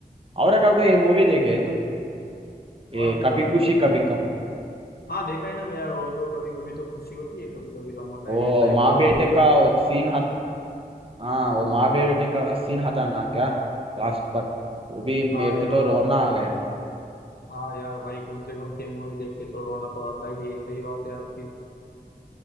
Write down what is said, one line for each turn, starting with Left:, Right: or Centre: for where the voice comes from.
Right: और एक आपको ये मूवी देखे तुम
Left: और
Right: ये
Left: दूसरा
Right: कभी खुशी कभी गम
Left: हाँ देखा है ना यार वो तो कभी कभी तो खुशी होती है कभी कभी गम होता है
Right: वो
Left: वैसा ही
Right: माँ
Left: पूरा
Right: बेटे
Left: मूवी
Right: का
Left: में वो तो
Right: वो सीन हत हाँ वो माँ बेटे का सीन हता ना क्या लास्ट पर वो भी मेरे
Left: हाँ
Right: को
Left: यार
Right: तो रोना आ गया
Left: हाँ यार भाई कौन से कौन से मूवी देख के तो रोना तो आता ही है सही बात है आपकी